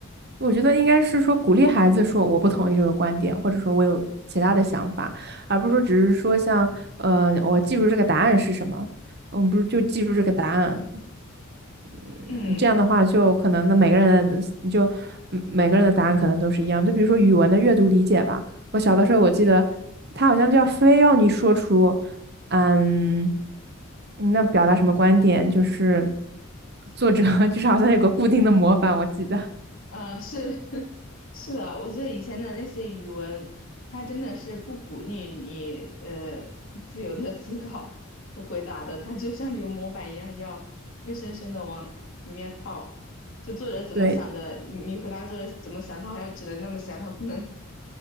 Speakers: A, on the right; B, on the left.
A: 我觉得应该是说鼓励孩子说我不同意这个观点，或者说我有其他的想法，而不是说只是说像呃我记住这个答案是什么，嗯，不是就记住这个答案，嗯，
B: 嗯
A: 这样的话就可能那每个人你就嗯每个人的答案可能都是一样。就比如说语文的阅读理解吧，我小的时候我记得
B: 嗯。
A: 他好像就要非要你说出，嗯，那表达什么观点，就是作者 <laughs> 就是好像有个固定的模板，我记得。
B: 嗯，是 <laughs> 是的，我觉得以前的那些语文，它真的是不鼓励你呃自由的思考和回答的，它就像有模板一样，要硬生生的往里面套。就作者怎么想的，
A: 对
B: 你你回答作者怎么想，他好像只能那么想，他不能